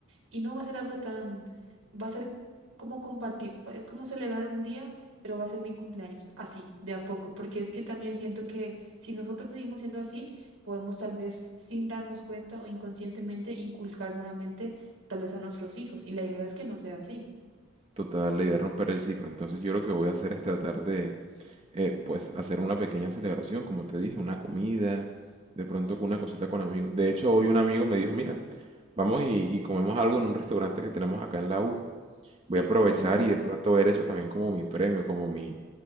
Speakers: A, on the right (about 85°); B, on the right (about 30°).
A: y no va a ser algo tan, va a ser como compartir, pa- es como celebrar un día, pero va a ser mi cumpleaños, así, de a poco, porque es que también siento que si nosotros seguimos siendo así, podemos tal vez sin darnos cuenta o inconscientemente inculcar nuevamente tal vez a nuestros hijos. Y la idea es que no sea así.
B: Total, la idea es romper el ciclo. Entonces yo lo que voy a hacer es tratar de, eh, pues, hacer una pequeña celebración, como te dije, una comida, de pronto con una cosita con amigos. De hecho, hoy un amigo me dijo, mira, vamos y, y comemos algo en un restaurante que tenemos acá en la U. Voy a aprovechar
A: Ajá,
B: y de pronto ver eso también como mi premio, como mi,